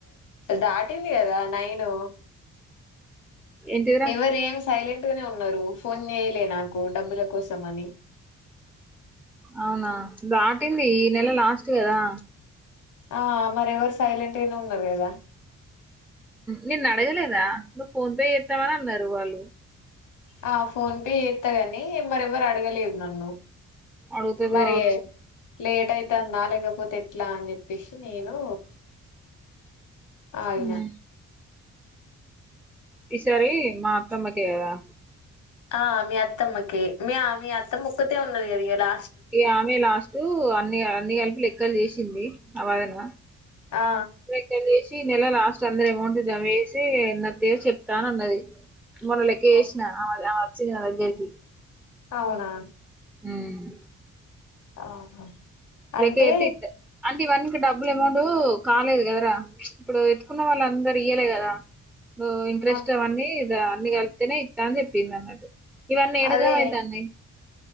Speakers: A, on the left (about 75°); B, in the centre.
A: దాటింది కదా నైను
B: ఏంటిదిరా
A: ఎవరు ఏం సైలెంట్ గానె ఉన్నారు ఫోన్ చేయలే నాకు డబ్బుల కోసం అని
B: అవునా దాటింది ఈ నెల లాస్ట్ కదా
A: ఆ మరి ఎవరు సైలెంట్ గానె ఉన్నారు కదా
B: నిన్ను అడగలేదా నువ్వు ఫోన్ పే చేత్తవని అన్నారు వాళ్ళు
A: ఆ ఫోన్ పే చేత్తగని మరెవ్వరు అడగలేదు నన్ను
B: అడుగుతది
A: మరే
B: కావచ్చు
A: లేట్ అయితంద లేకపో పోతె ఎట్లా అని చెప్పేసి నేను ఆగిన
B: ఉ ఈసారి మా అత్తమ్మకె కదా
A: ఆ మీ అత్తమ్మకె మీ మీ అత్తమ్మ ఒక్కతె ఉన్నది గద ఎలా
B: ఇ ఆమె లాస్ట్టు అన్ని అన్ని కల్పి లెక్ లెక్కలు చేసింది ఆ వాదన
A: ఆ
B: లెక్కల్ చేసి ఈ నెల లాస్ట్ అందరి అమౌంట్ జమ చేసి నా పేరు చెప్తా అన్నది మొన్న లెక్కేస్నా
A: ఓహ్!
B: <inaudible> చిన్న ఔట్ జెసి
A: అవున
B: హ్మ్
A: ఆహా అంటే
B: లెక్క ఎట్టి ఇత్త డబ్బులు అమౌంట్ కాలేదు కదరా ఇప్పుడు ఎత్తుకున్న వాళ్ళు అందరు ఇయ్యలే కదా ఇంట్రెస్ట్
A: ఆ
B: అవన్నీ ఇగ అన్ని కలిపితేనే ఇత్త అని చెప్పింది అన్నట్టు ఇవన్నీ ఏడజం
A: అదే
B: అవుతాయి